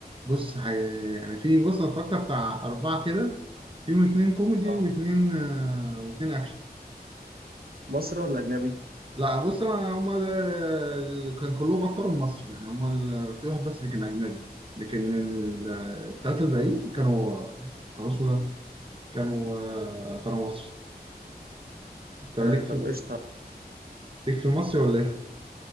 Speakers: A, on the right; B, on the right.
A: بص هي... يعني في بص انا اتفرجت بتاع اربعه كده فيهم اتنين كوميدي
B: اه
A: واتنين آه، واتنين اكشن
B: مصري ولا أجنبي؟
A: لا بص انا هما ده... ال- كان كلهم اكترهم مصري يعني هما ال... في واحد بس اللي كان اجنبي لكن ال- التلاته الباقيين كانوا كانوا اسمه ده كانوا آه، كانوا مصري انت ليك
B: آه طب
A: في
B: قشطة
A: ليك في المصري ولا ايه؟